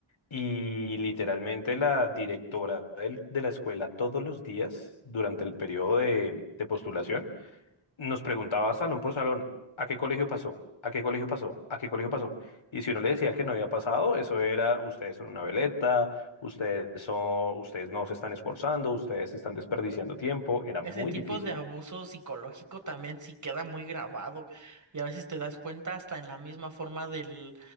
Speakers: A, on the left (about 80°); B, on the right (about 40°).
A: Y literalmente la directora del- de la escuela todos los días durante el periodo de, de postulación nos preguntaba salón por salón, ¿a qué colegio pasó? ¿A qué colegio pasó? ¿A qué colegio pasó? Y si uno le decía que no había pasado, eso era, ustedes son una veleta, ustedes son, ustedes no se están esforzando, ustedes están desperdiciando tiempo, era
B: Ese
A: muy
B: tipo
A: difícil.
B: de abuso psicológico también sí queda muy grabado y a veces te das cuenta hasta en la misma forma del